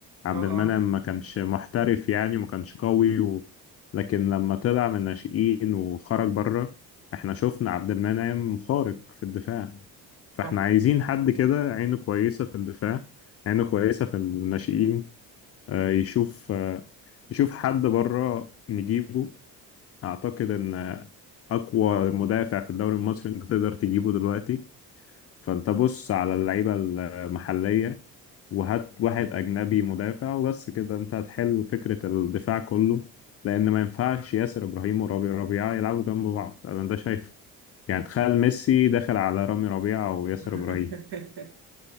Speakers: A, on the left (about 30°); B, on the right (about 50°).
A: عبد
B: اه
A: المنعم
B: اه
A: ما كانش محترف يعني ما كانش قوي و... لكن لما طلع من الناشئين وخرج بره احنا شفنا عبد المنعم خارق في الدفاع فاحنا
B: صح
A: عايزين حد كده عينه كويسة في الدفاع عينه كويسة في الناشئين آه، يشوف آه، يشوف حد بره نجيبه اعتقد ان آه، اقوى مدافع في الدوري المصري انت تقدر تجيبه دلوقتي فانت بص على اللعيبة المحلية وهات واحد أجنبي مدافع وبس كده انت هتحل فكرة الدفاع كله لأن ما ينفعش ياسر إبراهيم ورامي ربيعة يلعبوا جنب بعض أنا ده شايفه يعني تخيل ميسي داخل على رامي ربيعة أو ياسر
B: <laughs>
A: إبراهيم